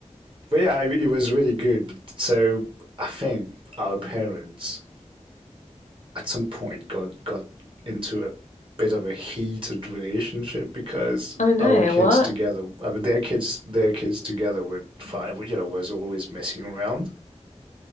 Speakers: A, on the right; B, on the left.
A: But yeah, it was really good. So I think our parents at some point got got into a bit of a heated relationship because
B: Oh no.
A: our kids
B: What?
A: together, I mean, their kids, their kids together were five, you know, was always messing around.